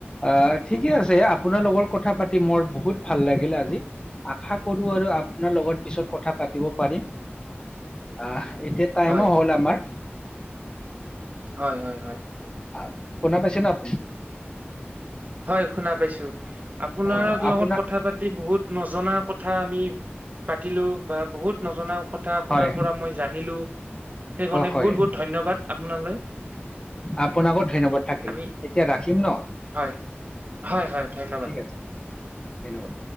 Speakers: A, on the left; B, on the right.
A: আহ ঠিকে আছে আপোনাৰ লগৰ কথা পাতি মোৰ বহুত ভাল লাগিলে আজি। আশা কৰো আৰু আপোনাৰ লগত পিছত কথা পাতিব পাৰিম। আহ এতিয়া টাইমো
B: হয়
A: হ'ল আমাৰ।
B: হয়, হয়, হয়।
A: আপ, শুনা পাইছেনে আপ
B: হয় শুনা পাইছোঁ আপোনাৰ
A: অ আপোনাক
B: লগত কথা পাতি বহুত নজনা কথা আমি পাতিলোঁ বা বহুত নজনা কথা আপোনাৰ
A: হয়
B: পৰা মই জানিলোঁ। সেইকাৰণে
A: অ হয়
B: বহুত বহুত ধন্যবাদ আপোনালৈ।
A: আপোনাকো ধন্যবাদ থাকিল
B: আমি
A: এতিয়া ৰাখিম ন'।
B: হয় হয় হয় ধন্যবাদ
A: ঠিক আছে ধন্যবাদ।